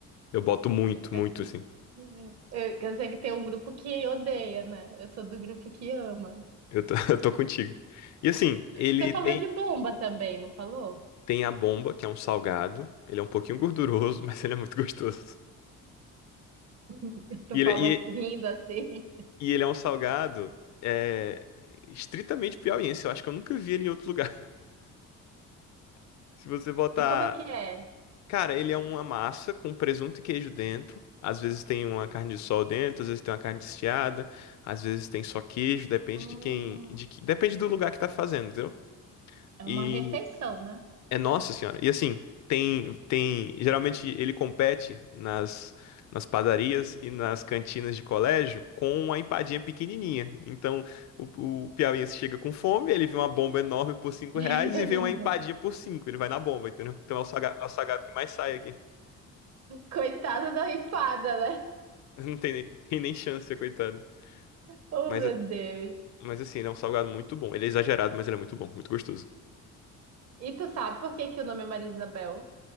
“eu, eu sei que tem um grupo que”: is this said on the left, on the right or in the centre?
Right